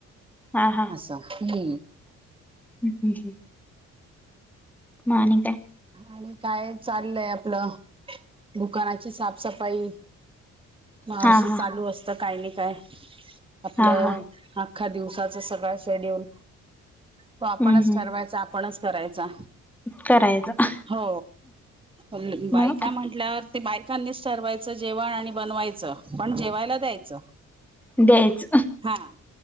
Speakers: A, in the centre; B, on the right.
A: हा हा!
B: असं हू.
A: हू हू! म आणि काय?
B: आणि काय चालंय आपलं. दुकानाची साफसफाई म
A: हा
B: अशी
A: हा
B: चालू असतात. काय नी काय आपलं
A: हा हा
B: आख्खा दिवसाचं सगळा शेड्यूल. तो आपणच
A: हम्म हम्म
B: ठरवायचा आपणच करायचा.
A: करायचं
B: हो होनल बाईक.
A: मग
B: म्हंटल्यावर ते बायकांनी च ठरवायच जेवण आणि बनवायच पण जेवाय ला द्यायच
A: द्यायचं
B: हा